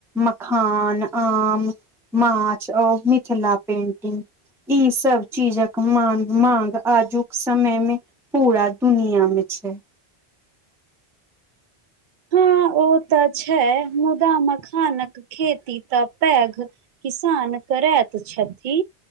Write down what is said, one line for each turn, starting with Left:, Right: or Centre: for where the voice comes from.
Centre: मखान आम माछ औ मिथिला पेंटिंग ई सब चीजक मा मांग आजुक समय मे पूरा दुनिया मे छै
Right: हां ओ तऽ छै मुदा मखानक खेती तऽ पैघ किसान करैत छथि